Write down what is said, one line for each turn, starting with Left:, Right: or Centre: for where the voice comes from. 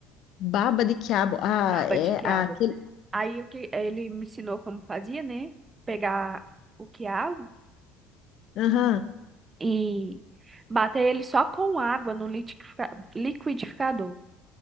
Left: Baba de quiabo. Ah,
Right: Baba
Left: é
Right: de quiabo.
Left: aquele.
Right: Aí o que ele me ensinou como fazia, né? Pegar o quiabo
Left: Aham.
Right: e bater ele só com água no litifica- liquidificador.